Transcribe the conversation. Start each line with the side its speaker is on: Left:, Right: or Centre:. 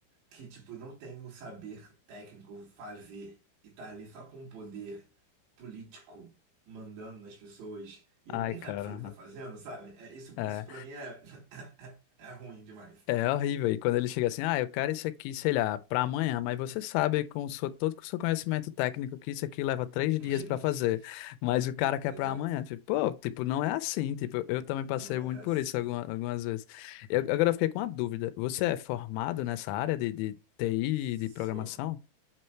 Right: que, tipo, não tem um saber técnico fazer e tá ali só com um poder político mandando nas pessoas e
Left: Ai,
Right: ele nem
Left: cara.
Right: sabe fazer o que tá fazendo, sabe? É, isso,
Left: É.
Right: isso pra mim é, <laughs> é ruim demais.
Left: É horrível. E quando ele chega assim, ah, eu quero isso aqui, sei lá, para amanhã, mas você sabe com o seu, todo com o seu conhecimento técnico que isso aqui leva três dias
Right: <laughs>
Left: para fazer, mas o cara quer
Right: Exato.
Left: para amanhã. Tipo, pô, tipo, não é assim. Tipo, eu também passei
Right: Não
Left: muito
Right: é assim.
Left: por isso alguma- algumas vezes. Eu, agora eu fiquei com uma dúvida. Você é formado nessa área de, de TI,
Right: Sou,
Left: e de programação?